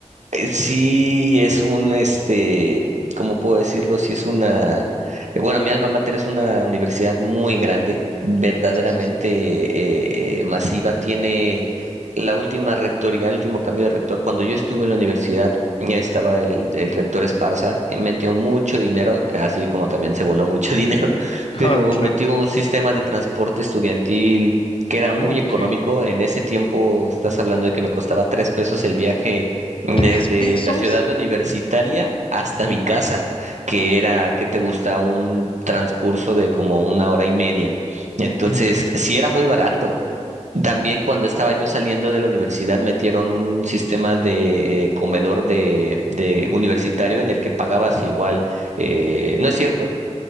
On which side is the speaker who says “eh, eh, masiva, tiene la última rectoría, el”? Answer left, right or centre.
Right